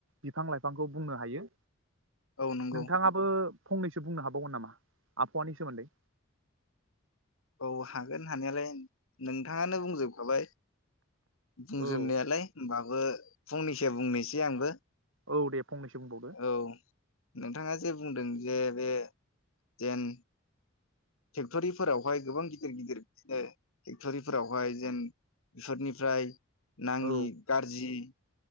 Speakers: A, on the right (about 70°); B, on the left (about 80°).
A: बिफां लाइफांखौ बुंनो हायो
B: औ नंगौ
A: नोंथाङाबो फंनैसो बुंनो हाबावगोन नामा आबहावानि सोमोन्दै?
B: औ हागोन हानायालाय नोंथाङानो बुंजोबखाबाय। बुंजोबनोयालाय
A: औ
B: होमबा बो फंनैसो बुंनोसै आंबो
A: औ दे बुं फंनैसो बुंबावदो
B: औ नोंथाङा जे बुंदों जे बे जेन फेक्ट'रिफोरावहाय गोबां गिदिर गिदिर बिदिनो फेक्ट'रिफोरावहाय जेन बेफोरनिफ्राय नाङि
A: औ
B: गाज्रि